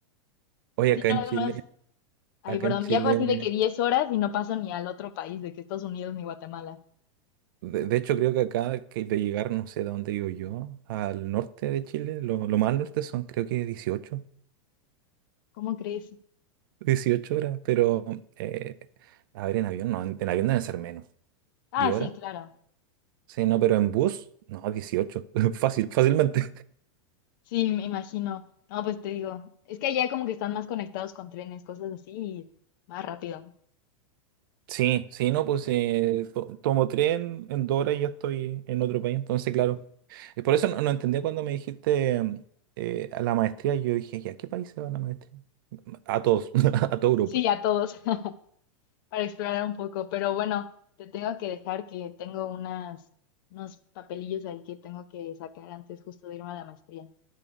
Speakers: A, on the right; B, on the left.
A: Oye, acá
B: Sí, no,
A: en
B: es
A: Chile,
B: más, ay,
A: acá
B: perdón,
A: en Chile,
B: viajo así de que diez horas y no paso ni al otro país, de que Estados Unidos ni Guatemala.
A: de, de hecho creo que acá que de llegar, no sé de dónde vivo yo, al norte de Chile, lo, lo más al norte son creo que 18,
B: ¿Cómo crees?
A: 18 <laughs> horas, pero eh, a ver, en avión no, en, en avión deben ser menos,
B: Ah,
A: 10
B: sí,
A: horas,
B: claro.
A: sí, no, pero en bus, no, 18, <laughs> fácil, fácilmente.
B: Sí, me imagino. No, pues te digo, es que allá como que están más conectados con trenes, cosas así, y más rápido.
A: Sí, sí, no, pues eh, to- tomo tren en dos horas y ya estoy en otro país, entonces claro. Y por eso no, no entendía cuando me dijiste mm, eh, a la maestría, yo dije, ¿y a qué país se va la maestría? A todos, <laughs> a todo grupo.
B: Sí, a todos, <laughs> para explorar un poco. Pero bueno, te tengo que dejar que tengo unas, unos papelillos ahí que tengo que sacar antes justo de irme a la maestría.